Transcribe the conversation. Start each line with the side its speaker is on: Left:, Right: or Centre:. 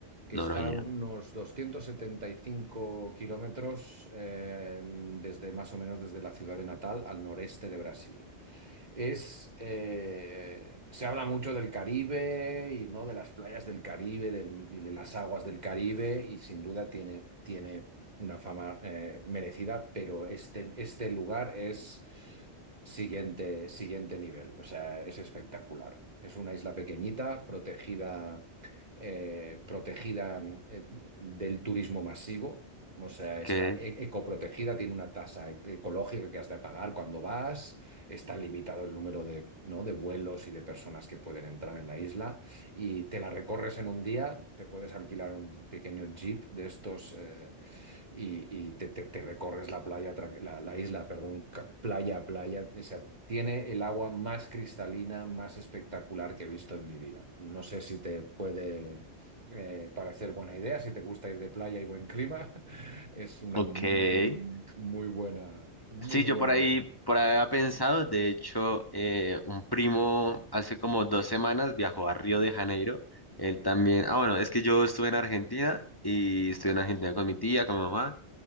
Right: que
Left: Noroña.
Right: está a unos 275 kilómetros eh, desde más o menos desde la ciudad de Natal al noreste de Brasil. Es, eh, se habla mucho del Caribe y ¿no? de las playas del Caribe del- y de las aguas del Caribe y sin duda tiene, tiene una fama eh, merecida, pero este, este lugar es siguiente, siguiente nivel, o sea, es espectacular. Es una isla pequeñita, protegida, eh, protegida eh, del turismo masivo. O sea,
Left: Okay.
Right: está e- ecoprotegida, tiene una tasa e- ecológica que has de pagar cuando vas. Está limitado el número de, ¿no? de vuelos y de personas que pueden entrar en la isla y te la recorres en un día, te puedes alquilar un pequeño jeep de estos eh, y, y te, te- te recorres la playa, tra- la, la isla, perdón, ca- playa a playa. O sea, tiene el agua más cristalina, más espectacular que he visto en mi vida. No sé si te puede eh, parecer buena idea, si te gusta ir de playa y buen clima, <laughs> es una
Left: Okay.
Right: mm, muy buena, muy
Left: Sí,
Right: buena
Left: yo por ahí,
Right: idea.
Left: por ahí había pensado. De hecho, eh, un primo hace como dos semanas viajó a Río de Janeiro. Él también. Ah, bueno, es que yo estuve en Argentina y estuve en Argentina con mi tía, con mi mamá.